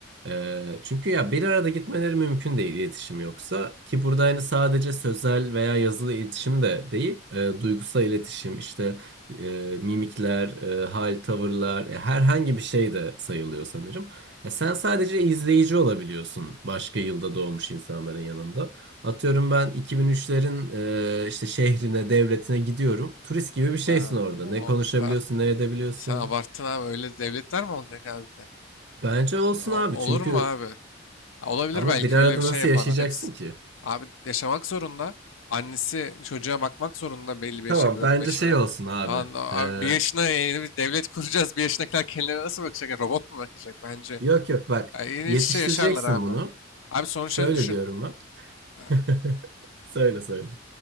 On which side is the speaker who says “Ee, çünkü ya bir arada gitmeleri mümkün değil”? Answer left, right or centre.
Right